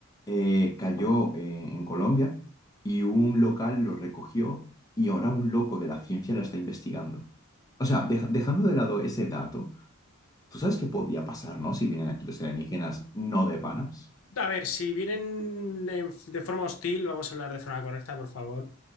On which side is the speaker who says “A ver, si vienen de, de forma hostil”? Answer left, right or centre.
Left